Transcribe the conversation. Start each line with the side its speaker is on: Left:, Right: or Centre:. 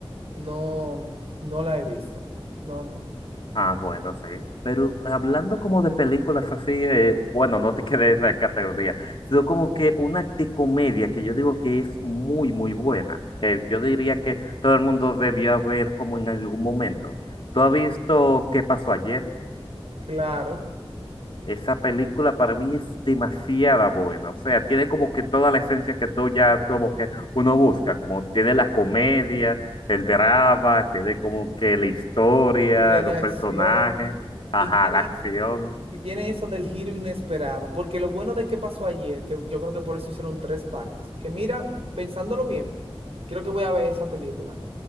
Right: no, no la he visto. No, no.
Left: Ah, bueno, sí. Pero hablando como de películas así, eh, bueno, no te <laughs> quedé de esa categoría, sino como que una comedia que yo digo que es muy, muy buena, que yo diría que todo el mundo debió ver como en algún momento. ¿Tú has visto qué pasó ayer?
Right: Claro,
Left: Esa película para mí es demasiada buena, o sea, tiene como que toda la esencia que tú ya como que uno busca, como tiene la comedia, el drama, tiene como que la historia,
Right: tiene
Left: los
Right: acción
Left: personajes, ajá,
Right: y tiene...
Left: la acción.
Right: Y tiene eso del giro inesperado, porque lo bueno de qué pasó ayer, que yo creo que por eso hicieron tres partes, que mira, pensándolo bien, creo que voy a ver esa película,